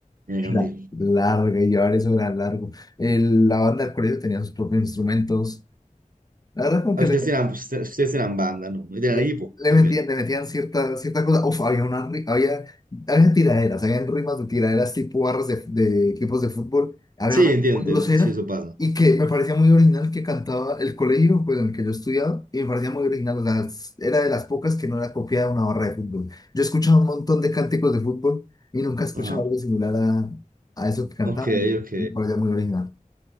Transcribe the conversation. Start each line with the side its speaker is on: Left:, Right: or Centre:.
Right: grande.
Left: era larga, y llevar eso era largo. El- la banda del colegio tenía sus propios instrumentos. La verdad, como
Right: Ah,
Left: que
Right: Ustedes
Left: le,
Right: tenían, pues, ustedes ustedes tenían banda, ¿no? Y tenían
Left: Le,
Right: equipo
Left: le
Right: también.
Left: metían, le metían cierta, cierta cosa. Uf, había una, ri- había, había tiraderas, habían rimas de tiraderas tipo barras de, de equipos de fútbol. Había
Right: Sí,
Left: una
Right: entiendo,
Left: muy
Right: entiendo,
Left: grosera
Right: sí, eso pasa.
Left: y que me parecía muy original que cantaba el colegio pues, en el que yo estudiaba y me parecía muy original. O sea, s- era de las pocas que no era copiada de una barra de fútbol. Yo escuchaba un montón de cánticos de fútbol y nunca escuchaba
Right: Ajá.
Left: algo similar a, a eso que cantaban.
Right: Ok, ok.
Left: Me parecía muy original.